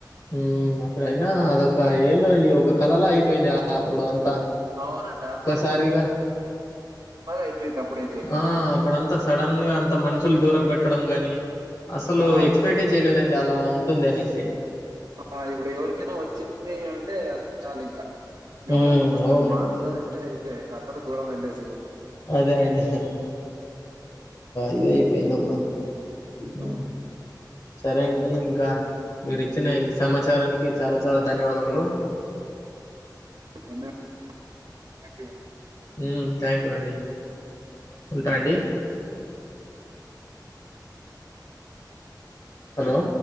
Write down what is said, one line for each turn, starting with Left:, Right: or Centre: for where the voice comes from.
Left: ఊ అప్పుడయినా అదొక ఏంద అండి ఒక కలలా అయిపోయింది అప్పుడు అంతా
Right: అవునంంట అగో
Left: సారీగా
Right: అయిపోయింది అప్పుడైతే
Left: ఆ అప్పుడంతా సడన్ గా అంత మనుషులు దూరం పెట్టడం కాగానీ అసలు
Right: ఆ
Left: ఎక్స్పెక్టే చేయలేదండి. అలా ఉంటుంది అనేసి
Right: ఆ ఇప్పుడు ఎవరికైనా వచ్చింది అంటే చాలు ఇంకా ఎవరైనా
Left: ఉమ్
Right: కొంచెం
Left: అవును
Right: మాట్లాడడితే అయి <unintelligible> దూరం వెళ్లేసి పోతుంది
Left: అదే అయింది <unintelligible> ఇదే అయిపోయింది అప్పుడు ఊ
Right: ఆ!
Left: సరే అండి ఇంకా మీరు ఇచ్చిన ఈ సమాచారానికి చాలా చాలా ధన్యవాదములు
Right: ధన్యవా థ్యాంక్ యూ అండి
Left: ఊ థ్యాంక్ యూ అండి ఉంటా అండి హలో